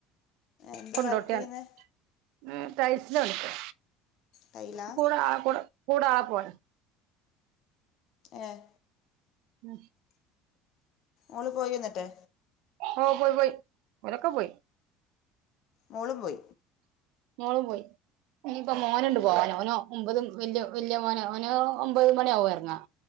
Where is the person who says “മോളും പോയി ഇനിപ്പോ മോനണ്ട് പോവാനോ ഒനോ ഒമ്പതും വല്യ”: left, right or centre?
Right